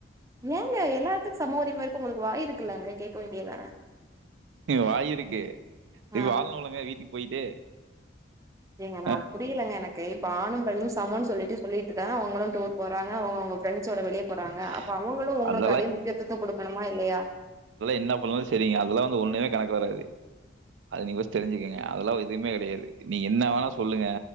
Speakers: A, on the right (about 15°); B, on the right (about 85°).
A: ஏங்க எல்லாத்துக் சம உரிம இருக்கு உங்களுக்கு வாய் இருக்குலங்க கேக்க வேண்டியதான
B: வாயிருக்கு இப்ப
A: ஆ
B: வாழணுலங்க வீட்டுக் போயிட்டு
A: ஏங்க நா
B: ஆ,
A: புரிலங்க எனக்கு இப்ப ஆணும் பெண்ணு சமோன் சொல்லிட்டு சொல்லி ட்டுதா அவங்களு டூர் போறாங்க அவங்க அவங்க ஃப்ரெண்ஸ்ஸோட வெளிய
B: <inaudible>
A: போறாங்க அப்ப அவங்களு உங்களுக்கு
B: அதெல்லா
A: அதே முக்கியத்துவத்த குடுக்கணுமா இல்லையா
B: என்ன பண்ணாலு செரிங்க அதெல்லா வந்து ஒண்ணுமே கணக்கு வராது அது நீங் ஃபஸ்ட் தெருஞ்சுக்கங்க அதெல்லா எதுமே கெடையாது நீ என்ன வேணா சொல்லுங்க